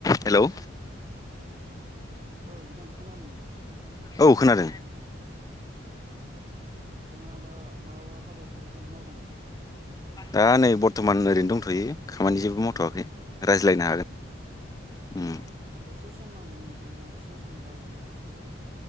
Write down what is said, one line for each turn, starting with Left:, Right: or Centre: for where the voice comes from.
Left: Hello
Right: औ बिथां खोनादोंं नामा?
Left: औ खोनादों
Right: अ नोंथाङा दा माबाा हाबाफारिबो मावदों नामा?
Left: दा नै बर्थमान ओरैनो दंथ'यो खामानि जेबो मावथ'वाखै रायज्लायनो हागोन
Right: आतसा
Left: उम
Right: आ दसे सम नांगौमोन बिथांजों द- से सम रायलायनो सानदोंमोन आङो